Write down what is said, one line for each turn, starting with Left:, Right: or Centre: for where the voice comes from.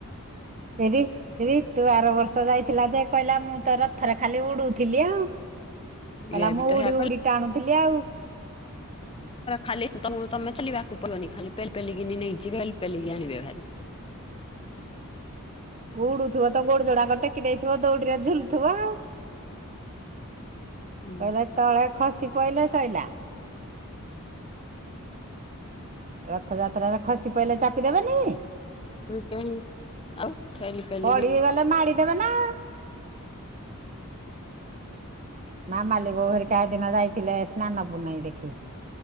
Right: ହେରି ହେରି ତୁ ଆର ବର୍ଷ ଯାଇଥିଲା ଯେ କହିଲା ମୁଁ ତୋ ରଥରେ ଖାଲି ଉଡୁଥିଲି ଆଉ କହିଲା
Left: ଇଏ ବି
Right: ମୁଁ
Left: ତ
Right: ଉଡି
Left: ହେୟା
Right: ଉଡି ଟାଣୁଥିଲି ଆଉ -
Left: ଖାଲି ତ ତମେ ଥିଲିବାକୁ ପଡ଼ିବନି ଖାଲି ପେଲି ପେଲିକିନି ନେଇଯିବେ ପେଲି ପେଲିକି ଆଣିବେ ଭାରି।
Right: ଉଡୁଥିବ ତ ଗୋଡ ଯୋଡାକ ଟେକି ଦେଇଥିବ ଦଉଡିରେ ଝୁଲୁଥିବ ଆଉ।
Left: ହୁଁ
Right: ଯଦି ତଳେ ଖସି ପଇିଲେ ସଇଲା। ରଥଯାତ୍ରାରେ ଖସି ପଇଲେ ଚାର ଦେବେନି
Left: ବି କେହି ଆଉ ଠେଲି ପେଲିକି
Right: ପଡ଼ି ଗଲେ ମାଡିଦେବେ ନା - ମାମାଲି ବୋଉ ହେରିକା ହେଦିନ ଯାଇଥିଲେ ସ୍ନାନ ପୁନେଇ ଦେଖି